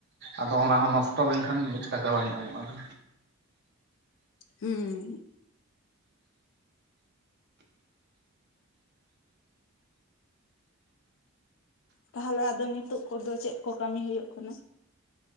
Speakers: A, on the right; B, on the left.
A: ᱟᱫᱚ ᱚᱱᱟ ᱦᱚᱸ ᱱᱚᱥᱴᱚ ᱞᱮᱱᱠᱷᱟᱱ ᱢᱤᱫ ᱴᱟᱠᱟ ᱵᱟᱝ ᱧᱟᱢᱚᱜᱼᱟ ᱟᱫᱚ
B: ᱦᱩᱸ ᱦᱩ ᱛᱟᱦᱚᱞᱮ ᱟᱫᱚ ᱱᱤᱛᱳᱜ ᱠᱚᱫᱚ ᱪᱮᱫ ᱠᱚ ᱠᱟᱹᱢᱤ ᱦᱩᱭᱩᱜ ᱠᱟᱱᱟ᱾